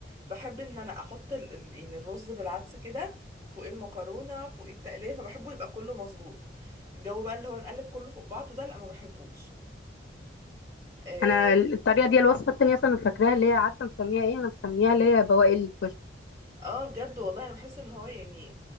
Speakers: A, on the right; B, on the left.
A: بحب ان انا احط ال... ال- يعني الرز بالعدس كده فوق المكرونه فوق التقليه فبحبه يبقى كله مظبوط الجو بقى اللي هو نقلب كله فوق بعضه ده لا ما بحبوش اه
B: انا الطريقه دي الوصفه التانيه اصلا أنا فاكراها اللي هي عارفه مسميها ايه انا مسميها اللي هي بواقي الكشري
A: آه، بجد والله انا بحس ان هو يعني